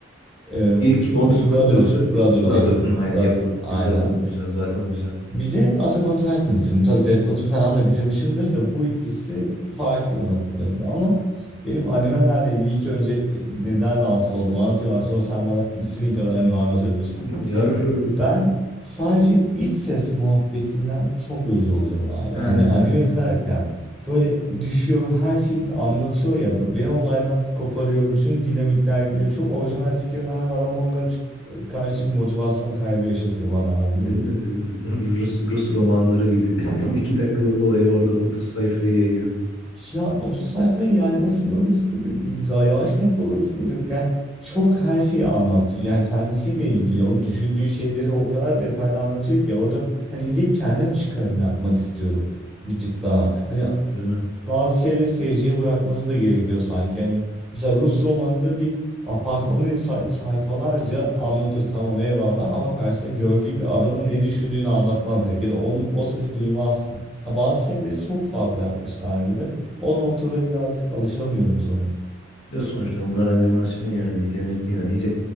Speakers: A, in the centre; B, on the left.
A: Ee,
B: İlk
A: full
B: old school
A: Brotherhood.
B: mu yoksa
A: Brotherhood'u
B: Brotherhood
A: izledim.
B: mu? Aynen
A: Brotherhood
B: yapı.
A: aynen.
B: Güzel oldu. Güzel zaten o güzel.
A: Bir de Attack on Titan'ı bitirdim. Tabii Death Note'u falan da bitirmişimdir de bu ikisi farklı bir noktadaydı ama benim animelerle ilgili ilk önce e, neden rahatsız oldum anlatayım abi sonra sen bana istediğin kadar anime anlatabilirsin.
B: <laughs> Yarrı.
A: Ben sadece iç ses muhabbetinden çok uyuz oluyorum abi.
B: Ha,
A: Hani anime izlerken böyle düşüyor ve her şeyi anlatıyor ya. Beni olaydan koparıyor. Bütün dinamikler gidiyor. Çok orijinal fikirler var ama onları tük- karşı bir motivasyon kaybı yaşatıyor bana abi bu
B: Değil
A: durum.
B: mi? Değil mi? <laughs> Rus, Rus romanları gibi. <laughs> İki dakikalık olayı orada 30 sayfaya yayıyor.
A: Ya 30 sayfaya yaymasında da sıkıntı yok. Bir za- Yavaş tempoda da sıkıntı yok. Yani çok her şeyi anlatıyor. Yani kendisiyle ilgili o düşündüğü şeyleri o kadar detaylı anlatıyor ki orada hani izleyip kendim çıkarım yapmak istiyorum bir tık daha. Hani
B: Değil mi?
A: bazı şeyleri seyirciye bırakması da gerekiyor sanki. Hani mesela Rus romanında bir apartmanı say- sayfalarca anlatır tamam eyvallah ama karşısında gördüğü bir adamın ne düşündüğünü anlatmaz direkt ya da onu, o sesi duymazsın. Ha, bazı şeyleri çok fazla yapmışlar gibi. O noktada birazcık alışamıyorum sanırım.
B: Ya sonuçta bunlar animasyon yani izlenir yani izle-